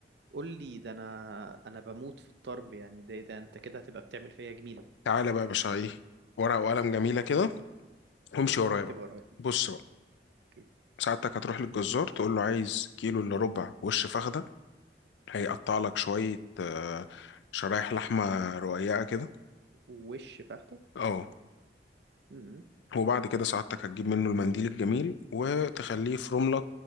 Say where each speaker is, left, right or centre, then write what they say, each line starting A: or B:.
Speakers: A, on the right; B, on the left.
A: قول لي ده انا انا بموت في الطرب يعني ده ده انت كده هتبقى بتعمل فيا جميلة
B: تعالى بقى يا باشا ايه ورقه وقلم جميله كده وامشي ورايا
A: واكتب
B: بقى
A: ورايا
B: بص بقى
A: اوكي
B: ساعتك هتروح للجزار تقول له عايز كيلو الا ربع وش فخده هيقطع لك شويه آه، شرايح لحمه رقيقه كده
A: وش فخدة
B: اه
A: امم
B: وبعد كده ساعتك هتجيب منه المنديل الجميل وتخليه يفرم لك